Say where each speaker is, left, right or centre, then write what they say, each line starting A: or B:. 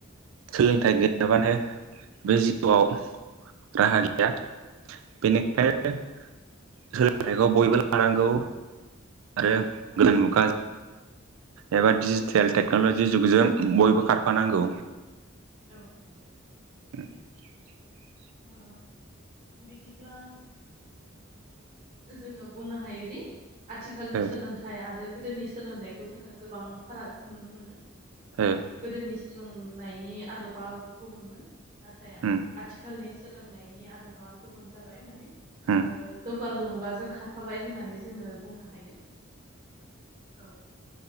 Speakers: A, on the right (about 75°); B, on the right (about 25°).
A: सोलोंथाइ गैयाबानो बे जिउआव राहा गैया बेनिखायनो
B: औ
A: सोलोंथाइखौ बयबो लानांगौ आरो
B: औ
A: गोदान मुगा एबा डिजिटेल टेक्न'लजि जुगजों बयबो खारफानांगौ
B: औ नंगौ
A: <inaudible>
B: अ बिदिब्ला जोङो बुंनो हायोदि आथिखालनि
A: ओ
B: सोलोंथाइ आरो गोदोनि सोलोंथाइखौ जोङो गोबां फाराग नुनो मोनो।
A: ओ
B: गोदोनि सोलोंनायनि आदबा गुबुनमोन नाथाय
A: उम
B: आथिखालनि सोलोंनायनि आदबा गुबुन जाबाय माने।
A: उम
B: ओ जौग गालु मुगाजों खारफाबाय होननानै जोङो बुंनो हायो। औ